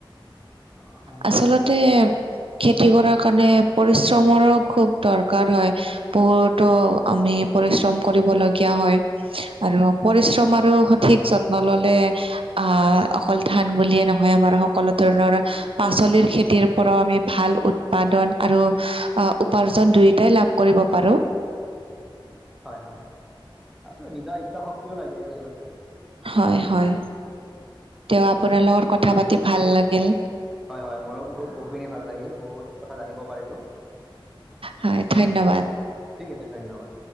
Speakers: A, in the centre; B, on the right.
A: অহ
B: আচলতে খেতি কৰাৰ কাৰণে পৰিশ্ৰমৰো খুব দৰকাৰ হয়। বহুতো আমি পৰিশ্ৰম কৰিব লগীয়া হয়। আৰু পৰিশ্ৰম আৰু সঠিক যত্ন ললে। আহ, অকল ধান বুলিয়ে নহয় আমাৰ সকলো ধৰণৰ পাচলিৰ খেতিৰ পৰাও আমি ভাল উৎপাদন আৰু উপাৰ্জন দুয়োটাই লাভ কৰিব পাৰোঁ।
A: হয় হয়। আচলতে নিজা ইচ্ছা শক্তিও লাগে আচলতে
B: হয় হয় তেওঁ আপোনাৰ লগত কথা পাতি ভাল লাগিল।
A: হয় হয় ময়ো বহুত বহুখিনি ভাল লাগিল, বহুত কথা জানিব পাৰিলোঁ।
B: হয় ধন্যবাদ।
A: ঠিক আছে ধন্যবাদ।